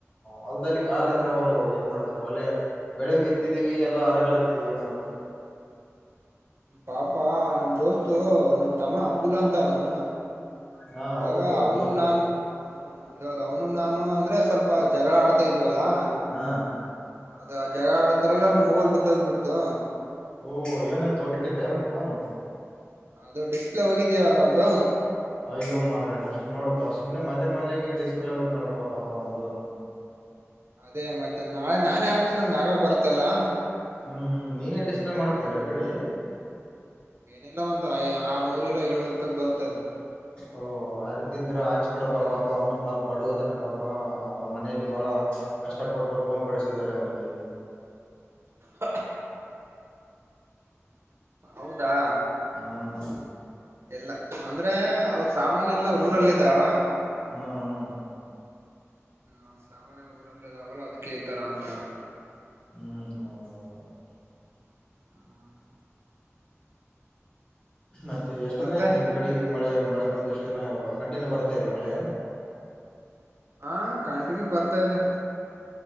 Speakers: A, on the left (about 20°); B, on the right (about 55°).
A: ಹೊಲ್ದಲ್ಲಿ ಕಾಲಂದ್ರ ಒಲು ಏನ್ ಮಾಡ್ತ ಒಳ್ಳೆ ಬೆಳೆ ಬಿತ್ತಿದಿವವಿ ಎಲ್ಲ ಅರಗ್ಗಳಾತಿದವಿ ಏನ್ ಮಾಡ್ತೆ
B: ಪಾಪಾ ನಮ್ ದೋಸ್ತು ನಮ್ ತಮ್ಮ ಅಬ್ದುಲ್ಲಾ ಅಂತ ಅವನು
A: ಹಾ
B: ಇವಾಗ
A: ಹೌದು
B: ಅವನು
A: ಅಬ್ದುಲ್
B: ನಾನು ಹ್ಮ ಇವಾಗ ಅವನು ನಾನು ಅಂದ್ರೆ ಸ್ವಲ್ಪ ಜಗಳ ಆಡ್ತಾ ಇದ್ದೀವಲ್ಲಾ
A: ಹಾ
B: ಅದ ಜಗ <unintelligible> ಆಡತರ ಎಲ್ಲ ಮೋಗೋಲ್ ಬಿದ್ದೋಗ್ ಬಿಡ್ತು
A: ಓ ಇನ ತ ಬಿಟ್ಟ <unintelligible> ತನೆಫೋನ್
B: ಅದು ಡಿಸ್ಪ್ಲೇ ಹೋಗಿದ್ಯವಾಗ ಒಂದು
A: ಅಯೋ ಮಾರಯ್ರೆ ನೋಡಪ್ಪಾ ಸುಮ್ಮನೆ ಮಜಾ ಮಜೆ ಈಗ ಡ್ಲೇ ಆಯ್ತ ನೋಡಪ್ಪ ಪಾಪಾ ಒಂದು
B: ಅದೇ ಮತ್ತೆ ನಾಳೆ ನಾನೇ ಆಕ್ತೀನಿ ನನ್ಗೆ ಆಕ್ ಬರುತ್ತಲ್ಲಾ
A: ಹ್ಮ್ ಹ್ಮ್ ನೀನೇ ಡಿಸ್ಪ್ಲೇ ಮಾಡ್ತೀಯ ರಿಪೇಡಿ
B: ಇಲ್ಲ ಒಂದ ಆರ್ನೂರ್ ಇಲ್ಲ ಏಳ್ನುರ ರೂಪಾಯಕ್ ಬರುತ್ತೆ ಅದ್
A: ಓ ಹರ್ತಿದ್ರ ಹಾಕ್ಸಿಬೀಡಪಾ
B: ನಾನೇ
A: ಪಾಪ
B: ಹಾಕ್ಸ್
A: ಅವನು ಪರ್ಬ ಬಡುವಿದನ ಪಾಪ ಅವನ ಮನೆಯಲ್ಲಿ ಬಹಳ ಕಷ್ಟಪಟ್ಟು ಫೋನ್ ಕೊಡಿಸಿದ್ದಾರೆ ಅವನಿಗೆ
B: ಹಾ ಹೌದಾ
A: ಹ್ಮ್
B: ಇಲ್ಲ ಅಂದ್ರೆ ಅವ್ರ ಸಾಮಾನ್ ಎಲ್ಲಾ ಊರಲ್ಲ ಇದಾವ
A: ಹ್ಮ್ ಹ್ಮ್
B: ಅವರ ಸಾಮಾನ್ಯೆಲ ಊರಲ್ಲಿದಾವಲ್ಲ ಅದಕ್ಕೆ ಈ ತರ ಆಗ್ತಾಯಿರದ್
A: ಹ್ಮ್ ಹೌದೌದ ಹೌದ್
B: ಹ್ಮ್
A: ಮತ್ತೆ ಎಷ್ಟ
B: ಮತ್ತೆ
A: ದಿನ ಆಯ್ತ ನಿಮ್ ಕಡಿಗ ಮಳೆ ಮಳೆ ಬಂದ ಎಷ್ಟ ದಿನ ಕಂಟಿನ್ಯೂ ಬರ್ತಾ ಇದೆಯಾ ಮಳೆ
B: ಹಾ ಕಂಟಿನ್ಯೂ ಬರ್ತಾ ಇದೆ